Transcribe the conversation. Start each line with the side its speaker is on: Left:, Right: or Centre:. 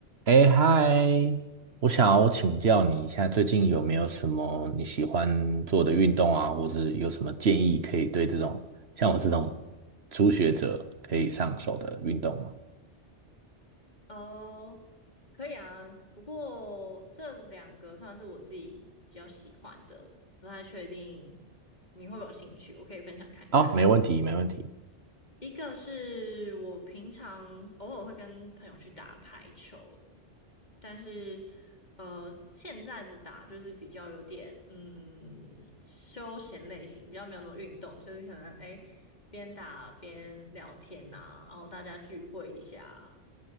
Right: 哎嗨，我想要请教你一下，最近有没有什么你喜欢做的运动啊，或是有什么建议可以对这种像我这种初学者可以上手的运动吗？
Left: 哦，可以啊，不过这两个算是我自己比较喜欢的，不太确定你会不会有兴趣，我可以分享看看。
Right: 好，没问题，没问题。
Left: 一个是我平常偶尔会跟朋友去打排球，但是呃，现在的打就是比较有点嗯休闲类型，比较没有那么运动，就是可能哎边打边聊天啊，然后大家聚会一下。